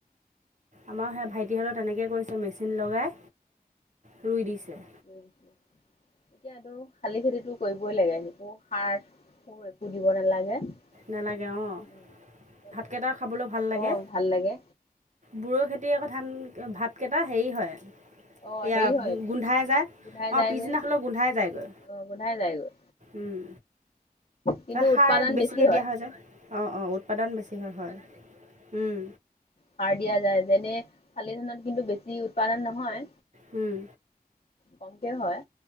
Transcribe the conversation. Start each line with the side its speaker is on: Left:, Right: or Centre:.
Right: আমাৰ সেই ভাইটিহঁতৰ তেনেকৈ কৰিছে মেচিন লগাই ৰুই দিছে।
Left: উম <unintelligible> এতিয়া এইটো শালি খেতিতো কৰিবই লাগে একো সাৰ সোৰ একো দিব নালাগে।
Right: নেলাগে অ'
Left: উম, মানে
Right: ভাতকেইটাও খাবলৈ ভাল লাগে।
Left: অ' ভাল লাগে।
Right: বড়ো খেতি আকৌ ধান ভাত কেইটা হেৰি হয়
Left: অ'
Right: এইয়া
Left: হেৰি হয়
Right: গোন্ধাই যায়,
Left: গোন্ধাই
Right: অঁ
Left: যায়গৈ
Right: পিছদিনা হ'লেও গোন্ধাই যায়গৈ।
Left: অ' গোন্ধাই যায়গৈ।
Right: উম।
Left: কিন্তু
Right: সাৰ
Left: উৎপাদন
Right: বেছিকৈ
Left: বেছি
Right: দিয়া হয় যে? অঁ অঁ উৎপাদন বেছি হয় হয়। উম।
Left: সাৰ দিয়া যে, যেনে শালি ধানত কিন্তু বেছি উৎপাদন নহয়
Right: উম।
Left: কমকে হয়।